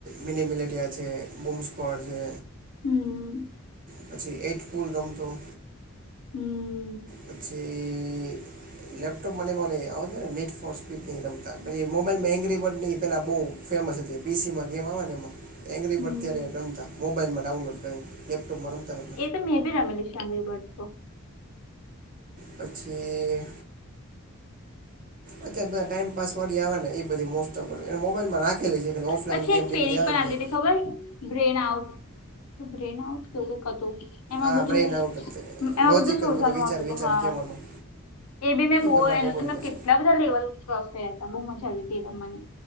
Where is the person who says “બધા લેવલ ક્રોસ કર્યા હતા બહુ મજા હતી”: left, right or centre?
Left